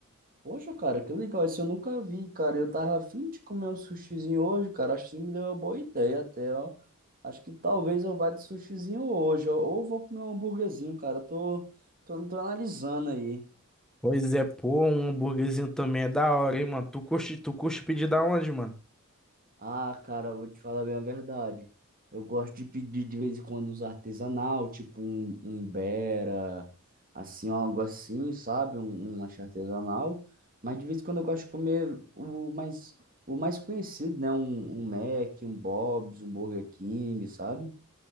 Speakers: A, on the right; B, in the centre.
A: Poxa, cara, que legal. Esse eu nunca vi, cara. Eu tava afim de comer um sushizinho hoje, cara. Acho que isso me deu uma boa ideia até, ó. Acho que talvez eu vá de sushizinho hoje, ó. Ou vou comer um hambúrguerzinho, cara. Tô, tô, tô analisando aí.
B: Pois é, pô, um hambúrguerzinho também é da hora, hein, mano? Tu curte, tu curte pedir da onde, mano?
A: Ah, cara, eu vou te falar bem a verdade. Eu gosto de pedir de vez em quando os artesanal, tipo um, um Bera, assim, um algo assim, sabe? Um, um lanche artesanal. Mas de vez em quando eu gosto de comer o mais, o mais conhecido, né? Um, um Mac, um Bob's, um Burger King, sabe?